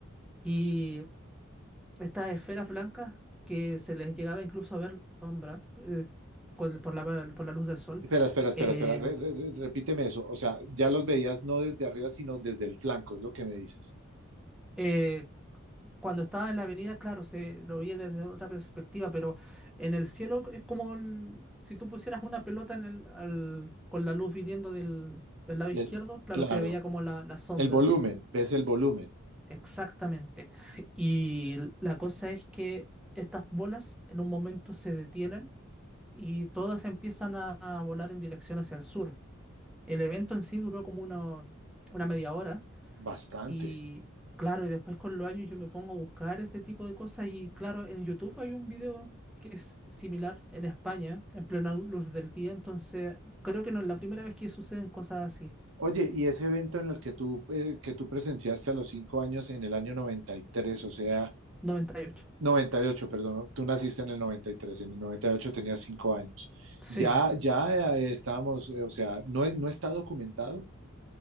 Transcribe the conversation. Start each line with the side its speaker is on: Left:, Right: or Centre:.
Centre: y estas esferas blancas que se les llegaba incluso a ver la sombra eh, con- por la, por la luz del sol,
Right: Espera, espera, espera,
Centre: eh,
Right: espera. re- re- re- repíteme eso. O sea, ya los veías no desde arriba, sino desde el flanco, es lo que me dices.
Centre: eh, Cuando estaba en la avenida, claro, se lo veía desde otra perspectiva, pero en el cielo es como el- si tú pusieras una pelota en el, al- con la luz viniendo del, del lado
Right: Del-
Centre: izquierdo, claro,
Right: claro.
Centre: se veía como la, la sombra.
Right: El volumen, ves el volumen.
Centre: Exactamente. Y la cosa es que estas bolas en un momento se detienen y todas empiezan a, a volar en dirección hacia el sur. El evento en sí duró como una, una media hora
Right: Bastante.
Centre: y claro, y después con los años yo me pongo a buscar este tipo de cosas y claro, en YouTube hay un video que es similar en España, en plena luz del día, entonces creo que no es la primera vez que suceden cosas así.
Right: Oye, y ese evento en el que tú, eh, que tú presenciaste a los cinco años en el año 93, o sea,
Centre: noventa y ocho
Right: 98, perdón, ¿no? tú naciste en el 93, en el 98 tenías cinco años.
Centre: Sí,
Right: Ya, ya eh, estábamos, eh, o sea, no, no está documentado.